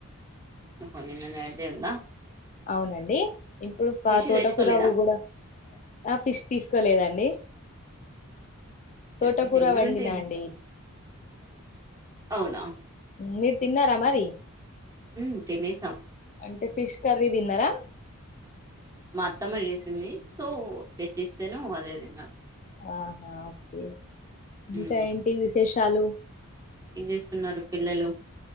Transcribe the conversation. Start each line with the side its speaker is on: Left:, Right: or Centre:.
Right: ఓహో నిన్న నైట్ దే ఉందా
Left: అవునండి ఇప్పుడు పా
Right: ఫిష్
Left: తోటకుర
Right: తెచ్చుకోలేదా
Left: వుకూడా ఆ ఫిస్ తీసుకోలేదండి
Right: ఓకే
Left: తోటకూర
Right: ఓకే ఎందుకంటే
Left: వండినండి
Right: అవునా
Left: మీరు తిన్నారా మరి
Right: ఉ తినేసాం
Left: అంటే ఫిష్ కర్రీ తిన్నార
Right: మా అత్తమ్మ చేసింది సో తెచ్చిస్తేను అదే తిన్నాను
Left: ఆహా ఓకే ఇంకా
Right: ఉమ్
Left: ఏంటి విశేషాలు
Right: ఏం చేస్తున్నారు పిల్లలు